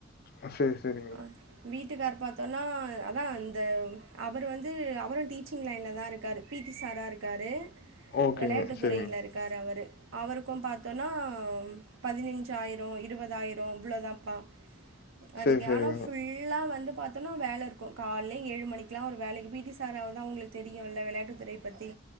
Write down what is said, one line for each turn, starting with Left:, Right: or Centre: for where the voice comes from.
Left: அ செரி செரிங்க மேடம்
Right: அ வீட்டுக்கார் பாத்தோன்னா அதான் இந்த அவர் வந்து அவரும் டீச்சிங் லைன்ல தா இருக்காரு பிடி சாரா இருக்காரு
Left: ஓகேங்க.
Right: வெளையாட்டு
Left: சரிங்க.
Right: துறையில இருக் க்காரு அவரு அவருக்கும் பாத்தோனா பதினஞ்சாயிரம் இருவதாயிரம் இவ்வளோதாம்ப்பா அதுக்கு
Left: சரி சரிங்க.
Right: ஆனா ஃபுல்லா வந்து பாத் தோனா வேல இருக்கும் காலையில ஏழு மணிக்கெல்லாம் ஒரு வேலைக்கு பிடி சாரா அவர்தான் உங்களுக்கு தெரியுல்ல விளையாட்டு துறைய பத்தி